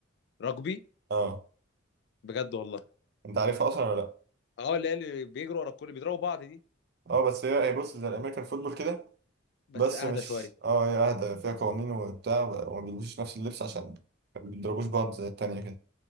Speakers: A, on the left; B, on the right.
A: رugby
B: اه
A: بجد والله
B: انت عارفها اصلا ولا لا؟
A: اه اللي هي اللي بيجروا ورا الكل بيضربوا بعض دي
B: اه بس هي هي بص زي الامريكان فوتبول كده
A: بس
B: بس
A: اهدى
B: مش
A: شويه
B: اه هي اهدى فيها قوانين وبتاع وما بيلبسوش نفس اللبس عشان ما بيضربوش بعض زي التانية كده